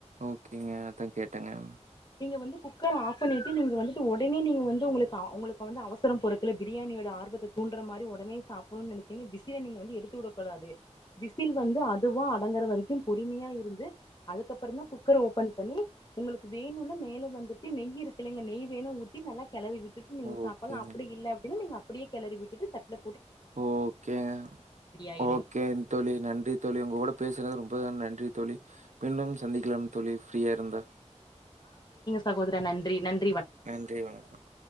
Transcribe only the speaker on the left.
நீங்க வந்து குக்கர் ஆஃப் பண்ணிட்டு நீங்க வந்துட்டு ஒடனே நீங்க வந்து உங்களுக்கு உங்களுக்கு வந்து அவசரம் பொறுக்கல பிரியாணியோட ஆர்வத்த தூன்றா மாரி ஓடனே சாப்பிடணும்னு நினைச்சி விசில நீங்க வந்து எடுத்து வுட கூடாது விசில் வந்து அதுவா அடங்கற வரைக்கும் பொறுமையா இருந்து அதுக்கப்பற தான் குக்கர ஓபன் பண்ணி உங்களுக்கு வேணும்ன்னா மேல வந்துட்டு நெய் இருக்குலங்க நெய் வேணா ஊத்தி நல்லா கெளரி விட்டு நீங்க
சாப்பிடலாம் அப்பிடி இல்ல அப்பிடின்னு நீங்க அப்பிடியே கெளறி விட்டுட்டு தட்டுல
ஆயிரு
சகோதர நன்றி நன்